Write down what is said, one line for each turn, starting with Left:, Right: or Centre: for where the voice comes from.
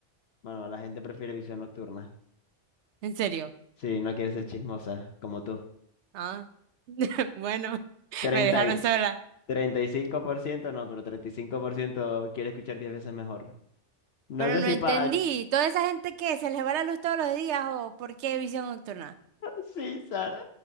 Left: Bueno, la gente prefiere visión nocturna.
Right: en serio.
Left: Sí, no quiere ser chismosa, como tú.
Right: Ah, <laughs> bueno,
Left: treinta
Right: me dejaron sola.
Left: 35%, no, pero 35% quiere escuchar 10 veces mejor. No
Right: Pero
Left: sé
Right: no
Left: si
Right: entendí,
Left: para...
Right: ¿toda esa gente que se les va la luz todos los días o por qué visión nocturna?
Left: Sí, Sara,